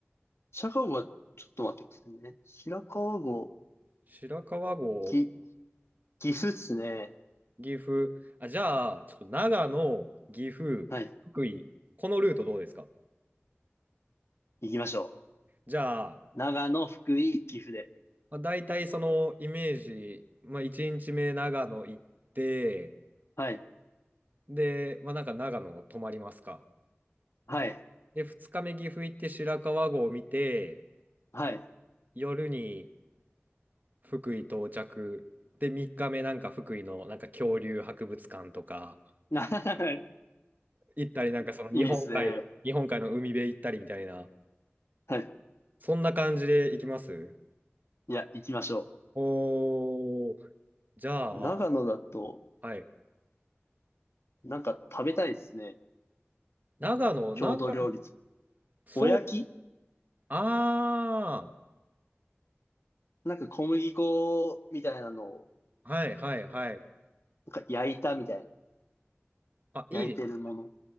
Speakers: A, on the left; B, on the right.
A: 白川郷は、ちょっと待ってくださいね。白川郷、
B: 白川郷、
A: ぎ、岐阜っすね。
B: 岐阜。あ、じゃあ、ちょっと長野、岐阜、
A: はい。
B: 福井。このルートどうですか
A: 行きましょ
B: じゃあ、
A: う。長野、福井、岐阜で。
B: まあ、大体そのイメージ、まあ、1日目長野行って、
A: はい。
B: で、まあ、なんか長野泊まりますか。
A: はい。
B: で、2日目岐阜行って白川郷を見て、
A: はい。
B: 夜に福井到着。で、3日目なんか福井のなんか恐竜博物館とか
A: <laughs>
B: 行ったり、なんかその日本海、
A: いいですね。
B: 日本海の海辺行ったりみたいな、
A: はい。
B: そんな感じで行きます
A: いや、行きましょ
B: おー、じゃあ、
A: う。長野だと、
B: はい。
A: なんか食べたいですね。
B: 長野、
A: 郷土料理。
B: 長野、そう、
A: おやき
B: あ
A: なんか小麦粉みたいなのを、
B: ー、はいはいはい。
A: なんか焼いたみたいな。
B: あ、
A: 焼いてるもの。
B: いいです。